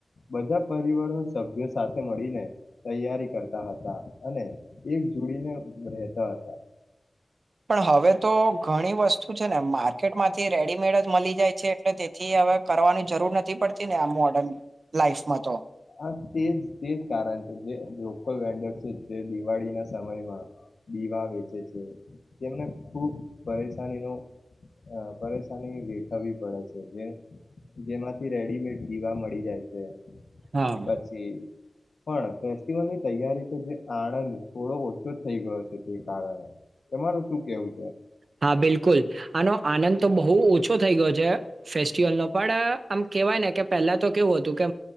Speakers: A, on the left; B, on the right.
A: બધા પરિવારના સભ્યો સાથે મળીને તૈયારી કરતા હતા અને એક જોડીને રહેતા હતા
B: પણ હવે તો ઘણી વસ્તુ છે ને માર્કેટ માંથી રેડીમેડ જ મળી જાય છે એટલે તેથી હવે કરવાની જરૂર નથી પડતી ને આ મોર્ડન લાઈફમાં તો
A: હા તેજ તે જ કારણ છે જે લોકલ વેન્ડર છે જે દિવાળીના સમયમાં દીવા વેચે છે તેમને ખૂબ પરેશાનીનો પરેશાની વેઠવવી પડે છે જે જેમાંથી રેડીમેડ દીવા મળી જાય છે
B: હા
A: પછી પણ ની તૈયારી તો જે આણંદ થોડો ઓછો થઈ ગયો છે તે કારણે તમાર શું કેવું છે
B: હા બિલકુલ આનો આનંદ તો બહુ ઓછો થઈ ગયો છે ફેસ્ટિવલ નો પણ આમ કેહેવાય ને કે પહેલા તો કેવું હતું કે